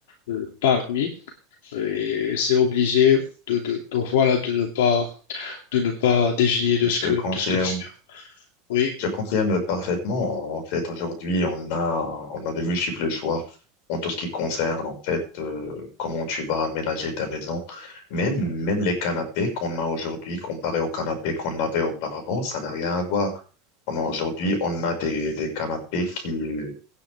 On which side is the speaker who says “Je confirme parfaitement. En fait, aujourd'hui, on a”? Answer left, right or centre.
Left